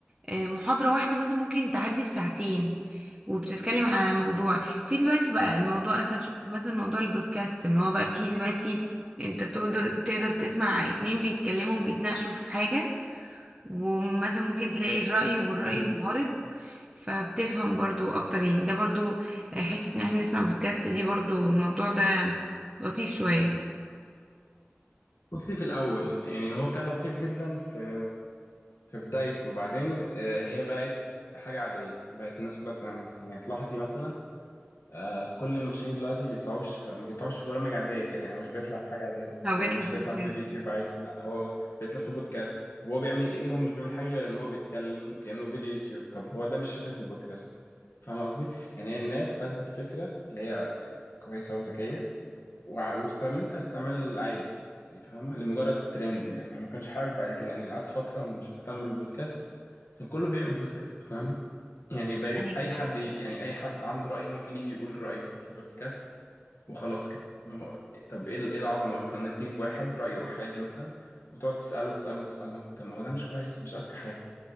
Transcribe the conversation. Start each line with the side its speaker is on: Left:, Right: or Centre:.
Right: آه، محاضره واحده مثلا ممكن تعدي الساعتين وبتتكلم على موضوع في دلوقتي بقى الموضوع اسهل شويه مثلا موضوع البودكاست ان هو بقى فيه دلوقتي انت تقدر تقدر تسمع اتنين بيتكلموا وبيتناقشوا في حاجه ومثلا ممكن تلاقي الرأي والرأي
Left: مم.
Right: المعارض فبتفهم برضو اكتر يعني ده برضو آه، حتة ان احنا نسمع بودكاست دي برضو الموضوع ده لطيف شوية
Left: بصي في الأول يعني هو كان لطيف جدا في في بدايته وبعدين آه، هي بقت حاجة عادية بقت الناس كلها بتعملها يعني هتلاحظي مثلا آه، كل المشاهير دلوقتي بيطلعوش في ما بيطلعوش في برامج عادية كده يعني مش بيطلع في حاجة عادية
Right: هو بيطلع
Left: يعني مش
Right: في
Left: بيطلع
Right: البودكاست
Left: في فيديو يوتيوب عادي لا هو بيطلع في بودكاست هو بيعمل إيه هو مش بيعمل حاجة غير إن هو بيتكلم كأنه فيديو يوتيوب طب هو ده مش فكرة البودكاست فاهم قصدي؟ يعني هي الناس خدت الفكرة اللي هي يعني كويسة وذكية وع- واستعملتها استعمال عادي يعني فاهم لمجرد الترند يعني انا ما كانش حابب بعد كده يعني قعدت فتره مش مهتم بالبودكاست عشان كله بيعمل بودكاست فاهم يعني باي
Right: ايوه
Left: اي حد ي- يعني اي حد عنده راي ممكن يجي يقول رايه في بودكاست وخلاص كده ما هو- طب ايه ال- ايه العظمه مثلا انك تجيب واحد رايه احادي مثلا وتقعد تساله تساله تساله طب ما هو ده مش كويس مش اذكى حاجه